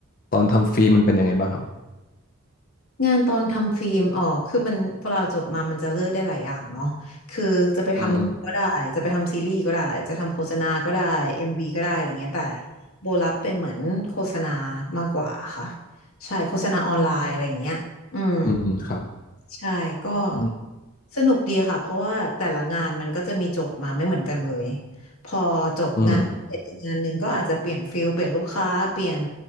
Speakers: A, on the left (about 40°); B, on the left (about 80°).
A: ตอนทำฟิล์มมันเป็นยังไงบ้างครับ
B: งานตอนทำฟิล์มอ๋อคือมันเวลาจบมามันจะเลือกได้หลายอย่างเนาะคือจะไปทำหนังก็ได้จะไปทำซีรีส์ก็ได้จะทำโฆษณาก็ได้เอ็มวีก็ได้อะไรเงี้ยแต่
A: อืมอืม
B: โบรับเป็นเหมือนโฆษณามากกว่าค่ะใช่โฆษณาออนไลน์อะไรอย่างเงี้ยอืม
A: อืมอืมครับ
B: ใช่ก็
A: อืม
B: สนุกดีค่ะเพราะว่าแต่ละงานมันก็จะมีโจทย์มาไม่เหมือนกันเลยพอจบงานเสร็จอีกงานหนึ่งก็อาจจะเปลี่ยนฟิลเปลี่ยนลูกค้าเปลี่ยน
A: อืม